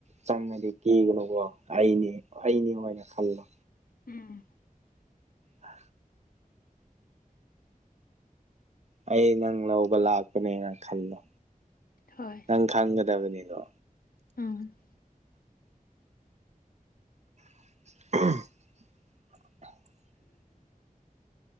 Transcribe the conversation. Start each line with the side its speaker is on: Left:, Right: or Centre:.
Right: ꯆꯪꯉꯗꯤ ꯀꯤꯒꯅꯨꯀꯣ ꯑꯩꯅꯦ ꯑꯩꯅꯦ ꯍꯥꯏꯅ ꯈꯜꯂꯣ
Left: ꯎꯝ
Right: ꯑ ꯑꯩ ꯅꯪ ꯂꯧꯕ ꯂꯥꯛꯄꯅꯦꯅ ꯈꯜꯂꯣ
Left: ꯍꯣꯏ
Right: ꯅꯪ ꯈꯪꯒꯗꯕꯅꯤꯗꯣ
Left: ꯎꯝ
Right: ꯎ